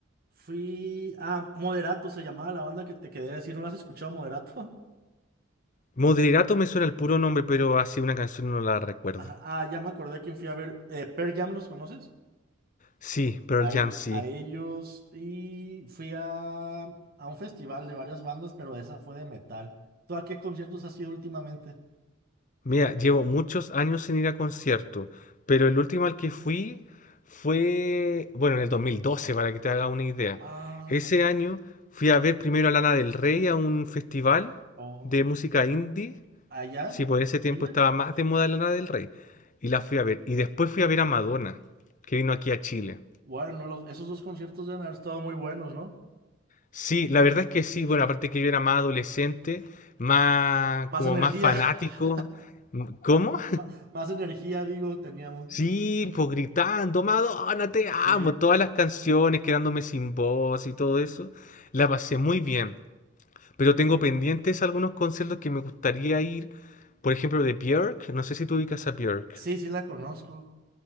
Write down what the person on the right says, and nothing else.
fui a Moderato, se llamaba la banda que te quería decir, ¿no la has escuchado, Moderato? <laughs>
Ah, ah, ya me acordé a quién fui a ver. Eh, Pearl Jam, ¿los conoces?
A,
e-
a ellos y fui a, a un festival de varias bandas, pero esa fue de metal. ¿Tú a qué conciertos has ido últimamente?
Ah,
ya. sé.
Oh,
¿allá?
¿Chile?
Bueno, los- esos dos conciertos deben haber estado muy buenos, ¿no?
Más
energía,
<laughs>
ma- más energía, digo, teníamos.
Sí,
sí, sí la conozco.